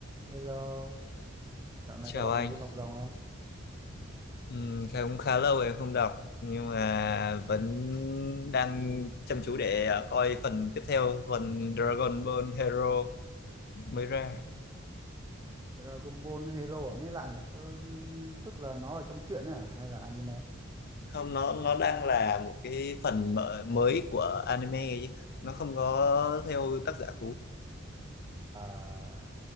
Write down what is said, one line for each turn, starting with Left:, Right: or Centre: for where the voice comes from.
Right: Hello, dạo này
Left: Chào
Right: có đọc
Left: anh,
Right: Bảy viên ngọc rồng không?
Left: Ừm, cũng khá lâu rồi em không đọc nhưng mà vẫn đang chăm chú để à, coi phần tiếp theo phần Dragon Ball Hero mới ra.
Right: Dragon Ball Hero à? nghe lạ nhỉ? Ừ, tức là nó ở trong truyện ấy à hay là anime?
Left: Không nó nó đang là một cái phần mở, mới của anime ấy chứ. Nó không có theo tác giả cũ.
Right: À,